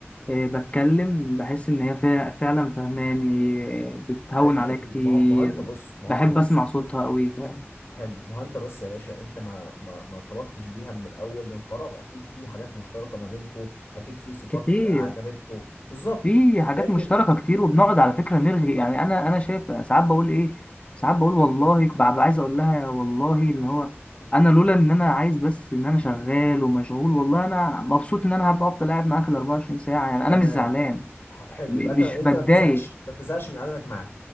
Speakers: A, on the left; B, on the left.
A: آه، بتكلم بحس ان هي فع- فعلا فهماني آه، بتهون
B: اكيد
A: عليا كتير
B: ما هو ما هو انت بص ما
A: بحب
B: هو انت بص
A: اسمع صوتها قوي فعلا
B: حلو ما هو انت بس يا باشا انت ما ما ما ارتبطتش بيها من الاول من فراغ اكيد في حاجات مشتركة ما بينكو اكيد في صفات
A: كتير
B: عجبتكو بالظبط
A: في حاجات
B: لكن
A: مشتركة كتير وبنقعد على فكرة نرغي يعني أنا أنا شايف ساعات بقول إيه ساعات بقول والله ببقى عايز أقول لها يا والله اللي هو أنا لولا إن أنا عايز بس إن أنا شغال ومشغول والله أنا مبسوط إن أنا هبقى أفضل قاعد معاك ال 24 ساعة يعني أنا
B: تمام
A: مش زعلان
B: ح- حلو
A: م-
B: يبقى انت
A: مش
B: انت
A: بتضايق
B: ما بتزهقش ما بتزهقش من قعدتك معاه